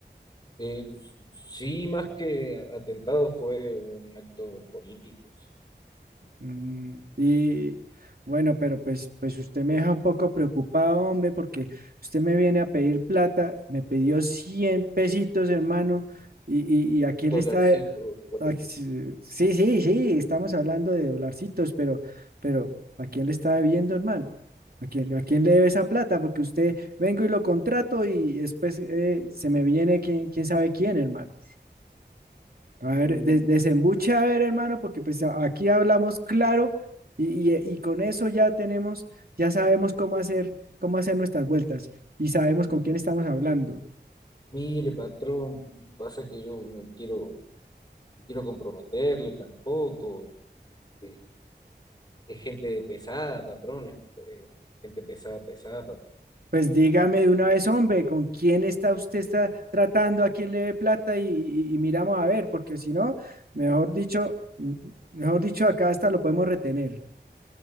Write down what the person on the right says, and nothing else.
Mm, y bueno, pero pues, pues usted me deja un poco preocupado, hombre, porque usted me viene a pedir plata, me pidió 100 pesitos, hermano, y, y, y a quién
le está,
Ay, Sí, sí, sí, sí, estamos hablando de dolarcitos, pero, pero ¿a quién le está debiendo, hermano? ¿A quién, a quién le debe esa plata? Porque usted vengo y lo contrato y después eh, se me viene quién, quién sabe quién, hermano. A ver,
des- desembuche, a ver, hermano, porque pues a- aquí hablamos claro y, y- y con eso ya tenemos, ya sabemos cómo hacer, cómo hacer nuestras vueltas y sabemos con quién estamos hablando.
Pues dígame de una vez, hombre, ¿con quién está usted está tratando? ¿A quién le ve plata? Y, y- y miramos a ver, porque si no, mejor dicho, mm, mejor dicho, acá hasta lo podemos retener.